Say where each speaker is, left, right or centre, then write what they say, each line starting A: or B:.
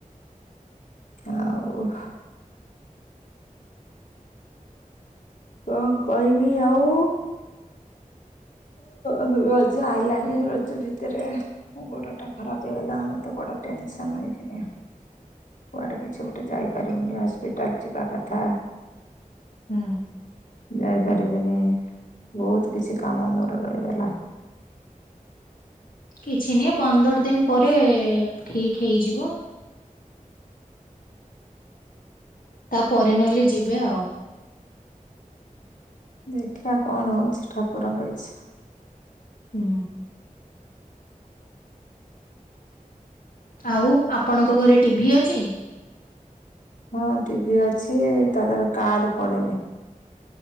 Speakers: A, on the left; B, on the left.
A: ଆଉ କଣ କହିବି ଆଉ। ହ ରଜ ଆଇଲାଣି ରଜ ଭିତରେ ମୋ ଗୋଡ ଟା ଖରାପ ହେଇଗଲା ଆମର ତ ବଡ଼ ଟେନ୍ସନ୍ ଏଇକ୍ଷିଣି। କୁଆଡେ କିଛି ଗୋଟେ ଯାଇପାରିବିନି ହସ୍ପିଟାଲ ଯିବା କଥା।
B: ହୁଁ
A: ଯାଇପାରିବିନି ବହୁତ କିଛି କାମ ମୋର ରହିଗଲା।
B: କିଛି ନି ପନ୍ଦର ଦିନ ପରେ ଠିକ ହେଇଯିବ। ତା ପରେ ନହେଲେ ଯିବେ ଆଉ।
A: ଦେଖିବା କଣ ହଉଛି ଠାକୁରଙ୍କ ଇଚ୍ଛା।
B: ହୁଁ ଆଉ ଆପଣଙ୍କ ଘରେ ଟିଭିି ଅଛି?
A: ହଁ ଟିଭିି ଅଛି ତା ଦେହର କାର୍ଡ ପଡିନି।